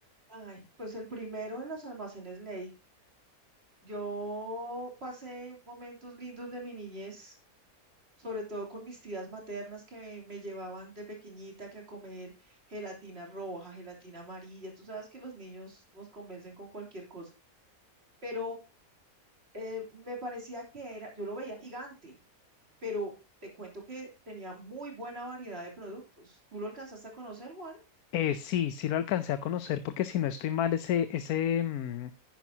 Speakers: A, on the right (about 45°); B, on the left (about 85°).
A: Ay, pues el primero en los almacenes Ley. Yo pasé momentos lindos de mi niñez sobre todo con mis tías maternas que me me llevaban de pequeñita que a comer gelatina roja, gelatina amarilla. Tú sabes que los niños nos convencen con cualquier cosa, pero eh, me parecía que era, yo lo veía gigante, pero te cuento que tenía muy buena variedad de productos. ¿Tú lo alcanzaste a conocer, Juan?
B: Eh, sí, sí lo alcancé a conocer porque si no estoy mal, ese, ese, mm,